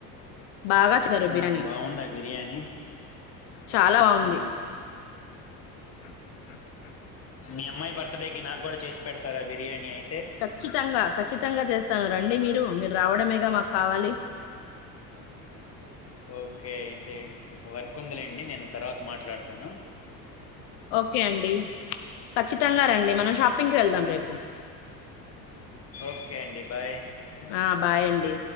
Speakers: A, on the left (about 60°); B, on the left (about 30°).
A: బాగా చేశారు
B: ఆ
A: బిర్యానీ
B: బాగుందా బిర్యానీ
A: చాలా బాగుంది
B: ఆ
A: <inaudible>
B: మీ అమ్మాయి బర్తడేకి నాకు కూడా చేసి పెడతారా బిర్యాని ఐ
A: ఖచ్చితంగా ఖచ్చితంగా చేస్తాను రండి మీరు మీరు రావ డమేగా మాకు కావాలి
B: ఓకే అయితే ఇంకా వర్క్ ఉందిలేండి నేను తర్వాత మాట్లాడుతాను
A: ఓకే అండి ఖచ్చితంగా రండి మనం షాపింగ్కి వెళ్దాం రేపు
B: ఓకే అండి బాయ్
A: ఆ బాయ్ అండి